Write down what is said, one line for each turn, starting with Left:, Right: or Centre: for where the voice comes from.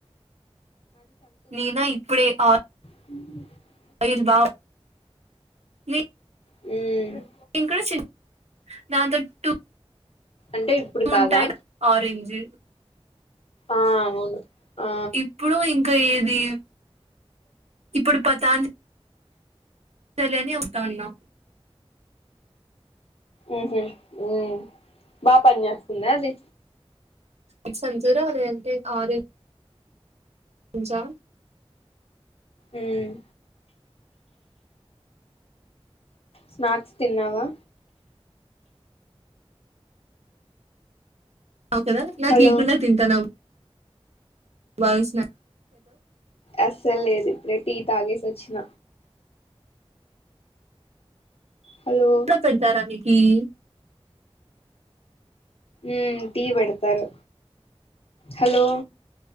Right: నీనా ఇప్పుడే ఆర్
Left: ఉహ్
Right: అయిల్ బా నే
Left: ఉమ్
Right: ఇంకా సీన్ నాదొటూ
Left: అంటే ఇప్పుడు
Right: ఉంటాయి
Left: కాదా
Right: ఆరెంజ్
Left: ఆ అవును ఆ
Right: ఇప్పుడు ఇంక్ ఏది ఇప్పుడు పతాంజ్ తెలియని వుస్తాన్నా
Left: మ్మ్ హు మ్మ్ బా పన్ చేస్తుందే అది.
Right: ఈ సంచురాలేంటి ఆరే ఉంచా
Left: మ్మ్ స్నాక్స్ తిన్నావా
Right: అవ్ కదా నాకు
Left: హలో
Right: ఇయ్యకుండా తింటన్నావ్. వాన్స్నా.
Left: అస్సల్ లేదు. ఇప్డేట్ టీ తాగేసి వచ్చిన. హలో
Right: డా పెడతారా మీక్ ఈయూ
Left: ఉమ్ టీయే పెడతారు. హలో